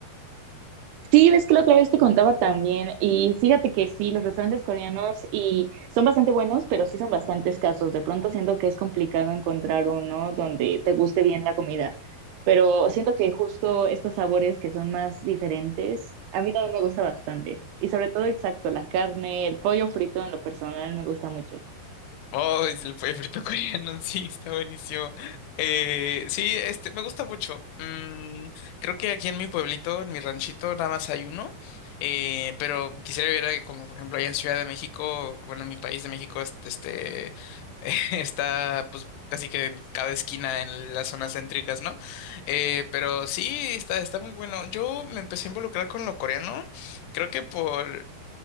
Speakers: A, on the right; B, on the left.
A: Sí, ves que la otra vez te contaba también y fíjate que sí, los restaurantes coreanos y son bastante buenos, pero sí son bastante escasos. De pronto siento que es complicado encontrar uno donde te guste bien la comida, pero siento que justo estos sabores que son más diferentes, a mí también me gusta bastante. Y sobre todo, exacto, la carne, el pollo frito en lo personal me gusta mucho.
B: Oh, es el pollo frito coreano, <laughs> sí, está buenísimo. Eh, sí, este, me gusta mucho. Mm, creo que aquí en mi pueblito, en mi ranchito, nada más hay uno. Eh, pero quisiera ver, eh, como por ejemplo, allá en Ciudad de México, bueno, en mi país de México, este, este, <laughs> está, pues, casi que en cada esquina en las zonas céntricas, ¿no? Eh, pero sí, está, está muy bueno. Yo me empecé a involucrar con lo coreano, creo que por